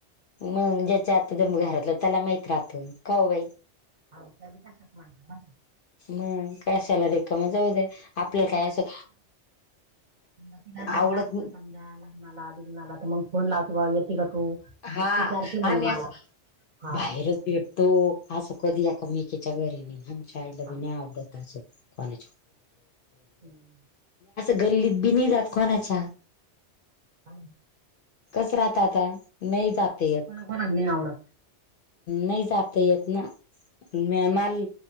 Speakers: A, on the left; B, on the right.
A: मग ज्याच्या आता ज घरातलं त्याला माहत राह का हो बाई.
B: <inaudible>
A: मग काशाला रिकाम जाऊ दे.
B: म्हणा
A: आपल्याला काय असं
B: तु जायच
A: आवडत
B: अस समजायला. ला बिघनला तर मग फोन लावते बा येते का तू?
A: हा
B: विचारते म्हणे
A: आम्ही
B: मला
A: अस
B: हा
A: बाहेरच भेटतो. तो असं कधी एकमेकींच्या घरीने काय
B: हा
A: तर बा मी आवडत असीन
B: हम्म.
A: <inaudible> गल्लीत बी नाय जात कोणाच्या.
B: <inaudible>
A: कस राहत आता नाही
B: हो.
A: जाता
B: कोणा
A: येत.
B: कोणाला नाही आवडत
A: नाही जात येत ना मेहमाल.
B: हो